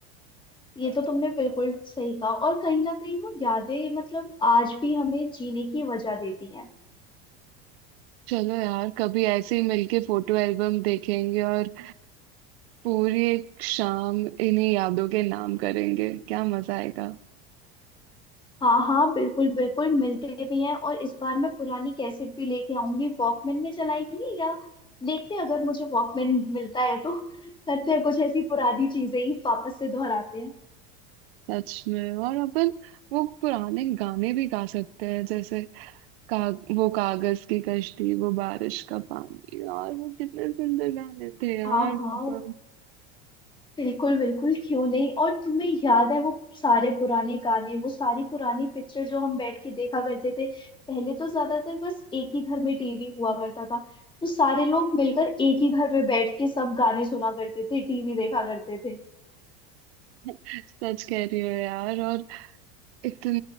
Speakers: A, on the left (about 15°); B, on the right (about 80°).
A: ये तो तुमने बिल्कुल सही कहा और कहीं ना कहीं वो यादें मतलब आज भी हमें जीने की वजह देती हैं
B: चलो यार कभी ऐसे ही मिलके फोटो एल्बम देखेंगे और पूरी एक शाम इन्हीं यादों के नाम करेंगे क्या मजा आएगा
A: हाँ हाँ बिल्कुल बिल्कुल मिलते भी हैं और इस बार मैं पुरानी कैसेट भी लेके आऊंगी वॉकमैन में चलाएंगे या देखते हैं अगर मुझे वॉकमैन मिलता है तो <laughs> करते हैं कुछ ऐसी पुरानी चीजें ही वापस से दोहराते हैं
B: सच में और अपन वो पुराने गाने भी गा सकते हैं जैसे का, वो कागज की कश्ती वो बारिश का पानी और वो कितने सुंदर गाने थे यार
A: हाँ
B: वो
A: हाँ
B: तो
A: बिल्कुल बिल्कुल क्यों नहीं और तुम्हें याद है वो सारे पुराने गाने वो सारी पुरानी पिक्चर जो हम बैठ के देखा करते थे पहले तो ज्यादातर बस एक ही घर में टीवी हुआ करता था तो सारे लोग मिलकर एक ही घर में बैठ के सब गाने सुना करते थे टीवी देखा करते थे
B: सच कह रही हो यार और इतन